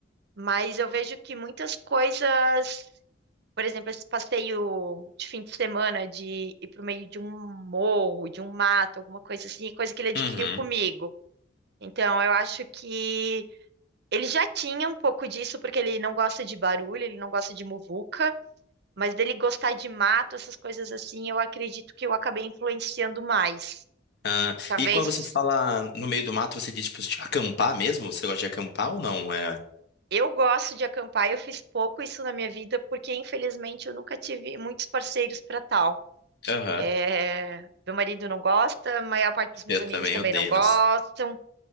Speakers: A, on the right; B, on the left.
A: mas eu vejo que muitas coisas Por exemplo, esse passeio de fim de semana de ir pro meio de um morro, de um mato, alguma coisa assim, é coisa que ele adquiriu
B: Uhum.
A: comigo. Então, eu acho que ele já tinha um pouco disso, porque ele não gosta de barulho, ele não gosta de muvuca, mas dele gostar de mato, essas coisas assim, eu acredito que eu acabei influenciando mais.
B: Ah,
A: Talvez
B: e quando você fala no meio do mato, você diz, tipo, de acampar mesmo? Você gosta de acampar ou não? É.
A: eu gosto de acampar, eu fiz pouco isso na minha vida, porque infelizmente eu nunca tive muitos parceiros para tal.
B: Aham.
A: É, meu marido não gosta, a maior parte dos meus
B: Eu
A: amigos
B: também
A: também
B: odeio,
A: não gostam.
B: nossa.